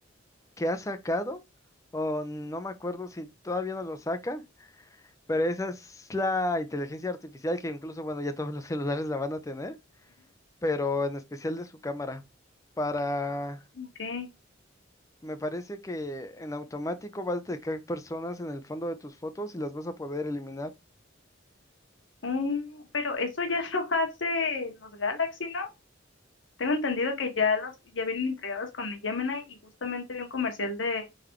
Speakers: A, on the left; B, on the left.
A: que ha sacado, o no me acuerdo si todavía no lo saca, pero esa es la inteligencia artificial que incluso, bueno, ya todos los <laughs> celulares la van a tener, pero en especial de su cámara. Para,
B: ujú, ok.
A: me parece que en automático va a detectar personas en el fondo de tus fotos y las vas a poder eliminar.
B: Mm, pero eso ya <laughs> lo hace los Galaxy, ¿no? Tengo entendido que ya los, ya vienen entregados con el Gemini y justamente vi un comercial de